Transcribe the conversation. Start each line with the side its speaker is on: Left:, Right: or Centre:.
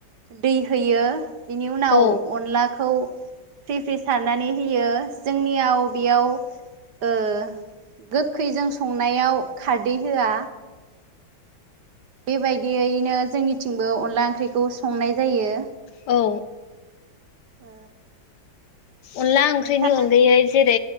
Right: दै होयो बिनि उनाव
Left: औ
Right: अनलाखौ फ्रि फ्रि सारनानै होयो जोंनियाव बेयाव ओ गो खैजों संनायाव खारदै होआ बेबायदियैनो जोंनिथिंबो अनला ओंख्रिखौ संनाय जायो।
Left: औ
Right: ओ
Left: अनला ओंख्रिनि
Right: नोंथाङा
Left: अनगायै जेरै